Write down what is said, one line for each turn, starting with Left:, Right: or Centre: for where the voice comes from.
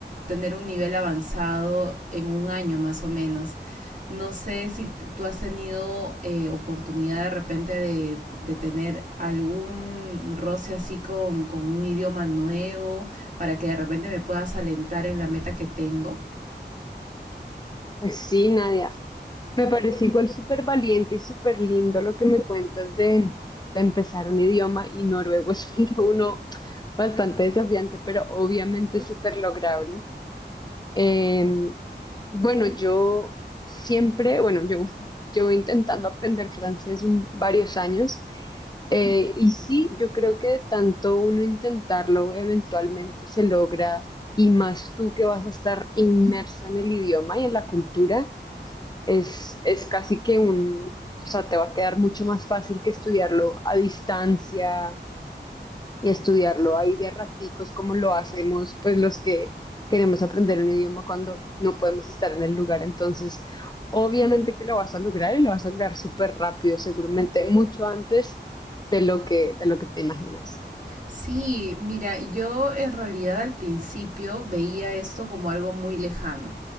Right: tener un nivel avanzado en un año más o menos. No sé si tú has tenido eh, oportunidad de repente de, de tener algún roce así con, con un idioma nuevo para que de repente me puedas alentar en la meta que tengo.
Left: Pues sí, Nadia. Me parece igual súper valiente y súper lindo lo que me cuentas de, de empezar un idioma y noruego <laughs> suena uno bastante desafiante, pero obviamente súper lograble. Eh, bueno, yo siempre, bueno, yo <laughs> llevo intentando aprender francés un- varios años eh, y sí, yo creo que de tanto uno intentarlo eventualmente se logra y más tú que vas a estar inmersa en el idioma y en la cultura. Es, es casi que un, o sea, te va a quedar mucho más fácil que estudiarlo a distancia y estudiarlo ahí de raticos como lo hacemos pues los que queremos aprender un idioma cuando no podemos estar en el lugar. Entonces, obviamente que lo vas a lograr y lo vas a lograr súper rápido, seguramente mucho antes de lo que, de lo que te imaginas.
Right: Sí, mira, yo en realidad al principio veía esto como algo muy lejano.